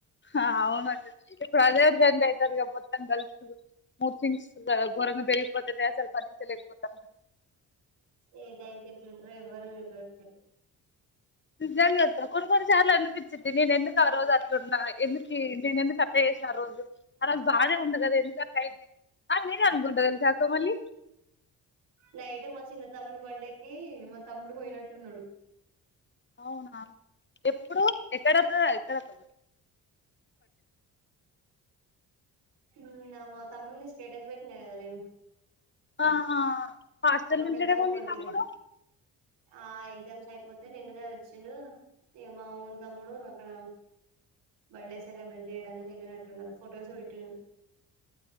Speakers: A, on the left; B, on the right.
A: హా అవునక్క ఇప్పుడు అదే ట్రెండ్ అయితంది గా మొత్తం గల్స్ ది మూడ్ స్వింగ్స్ గోరంగా పెరిగిపోతనే అసలు బరించలేక పోతన్న
B: ఏ టైంకు ఎట్లుంటరో ఎవ్వరికి తెల్వదు అసలు
A: నిజంగక్క కొన్ని కొన్నిసార్లు అనిపిచిద్ది నేను ఎందుకు ఆ రోజు అట్లున్న ఎందుకి నేను ఎందుకు అట్లా ఆ రోజు ఆరోజు బాగానే ఉన్న కదా ఎందుకు అట్లయింది కాదు నేనే అనుకుంట తెల్సా అక్క మళ్ళీ
B: నైట్ మా చిన్న తమ్ముని బండెక్కి మా తమ్ముడు పోయినట్టున్నడు
A: అవునా ఎప్పుడు ఎక్కడ అర్థం ఎక్కడ అక్క మరి
B: నిన్న మా తమ్ముంది స్టేటస్ పెట్టిన కదా నేను
A: ఆహ హాస్టల్
B: మా
A: ఉంటాడేమో
B: పెద్దమ్మ కొడుకుది
A: మీ తమ్ముడు
B: ఆ ఎగ్జామ్స్ అయిపోతే నిన్ననే వచ్చిండు ఇగ మావోని తమ్ముడు అక్కడ బర్త్డే సెలబ్రేట్ చేయడానికి ఏళ్ళినట్టున్నారు ఫొటోస్ పెట్టిరు